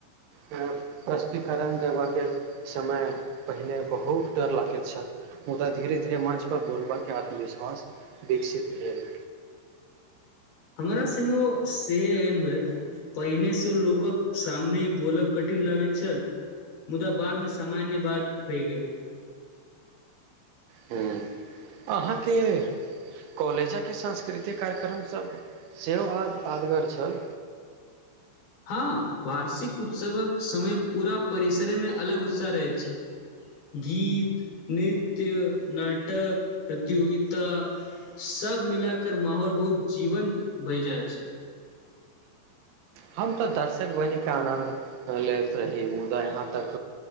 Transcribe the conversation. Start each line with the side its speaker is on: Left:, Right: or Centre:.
Right: प्रश्टिकरण देबऽके समय पहिने बहुत डर लागैत छल। मुदा धीरे धीरे मंच पर बोलबाके आत्मविश्वास विकसित भेल।
Left: हमरा संग ओ सेएन भेल। पहिनेसँ लोकक सामने बोलब कठिन लागैत छल। मुदा बाद में सामान्य बात भै गेल।
Right: हूँ अहाँके कॉलेजे सांस्कृतिक कार्यक्रम सब सेहो आदगर छल।
Left: हँ वार्षिक उत्सवक समय पूरा परिसरेमे अलग उत्साह रहैत छल। गीत नृत्य नाटक प्रतियोगिता सब मिलाक माहौल बहुत जीवंत भ जाइत छल।
Right: हम तऽ दर्शक बनिके आनन्द लेैत रही मुदा यहाँ तक